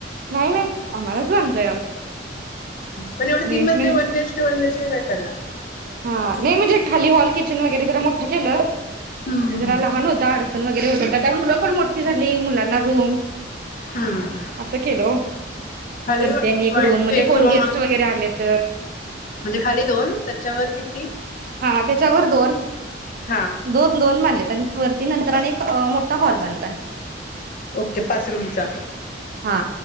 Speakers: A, on the right; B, on the left.
A: नाही नाही आम्हालाच बांधतोय
B: पणव
A: रेंटने
B: तीन मजली
A: नाही
B: वन बीएचके वन कट ना <unintelligible>
A: हा नाही म्हणजे खाली हॉल किचन वगैरे जरा मोठठं केलं
B: हम्म
A: आधी जरा लहान होतं आड वगैरे होत मुलं पण मोठी झाली मुलांना रूम
B: हम्म.
A: अस केल
B: खाली
A: वरतीनी
B: वन
A: एक रूम म्हणजे
B: एक
A: कोण
B: रूम
A: गेस्ट वगैरे आले तर
B: म्हणजे खाली दोन त्याच्यावर किती
A: हा त्याच्यावर दोन
B: हा
A: दोन दोन बनले त्यां वरती नंतरने एक मोठा हॉल बनला
B: ओके पाच रूमचा
A: हा